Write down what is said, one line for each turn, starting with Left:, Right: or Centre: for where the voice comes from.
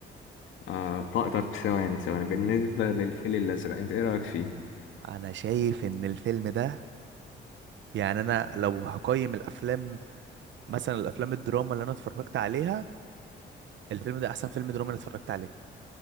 Left: آه طب طب ثواني ثواني بالنسبة للفيل الأزرق أنت إيه رأيك فيه؟
Right: انا شايف ان الفيلم ده يعني انا لو هقيم الافلام مثلا الافلام الدراما اللي انا اتفرجت عليها الفيلم ده احسن فيلم دراما انا اتفرجت عليه